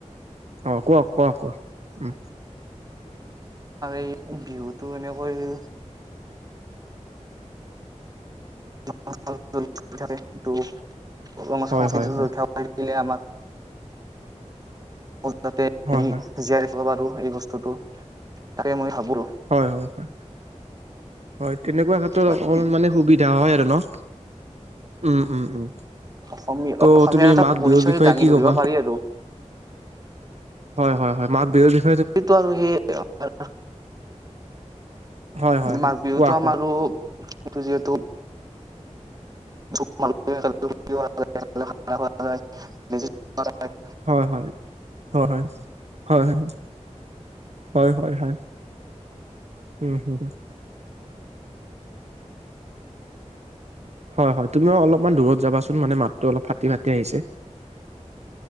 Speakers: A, on the right; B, on the right.
A: অ কোৱা কোৱা কোৱা উম
B: এই বিহুটো এনেকৈ - <unintelligible> থাকে টো সংস্কৃতিতো
A: হয় হয় হয়
B: ৰক্ষা পৰে। <unintelligible> যাতে
A: হয়
B: আমি
A: হয়
B: জীয়াই ৰাখিব পাৰো এই বস্তুটো। তাকে মই ভাবো।
A: হয় হয় হয় হয় তেনেকুৱা ক্ষেত্ৰত
B: বাকী
A: অকমান মানে সুবিধা হয় আৰু ন। উম, উম, উম।
B: অসমীয়া
A: ত'
B: অসমীয়াৰ
A: তুমি
B: এটা
A: মাঘ
B: পৰিচয়
A: বিহুৰ বিষয়ে
B: দাঙি
A: কি
B: ধৰিব
A: ক'বা
B: পাৰি আৰু।
A: হয় হয় হয় মাঘ বিহুৰ -
B: কিন্তু আৰু হেই <unintelligible>
A: হয় হয় হয়
B: মাঘ বিহুতো
A: কোৱা
B: আমাৰো
A: কোৱা
B: এইটো যিহেতু- <unintelligible>
A: হয়, হয়, হয়, হয়, হয়, হয়। হয় হয় হয় উম হু হু হয় হয় তুমিও অলপমান দূৰত যাবাচোন মানে মাতটো অলপ ফাটি ফাটি আহিছে।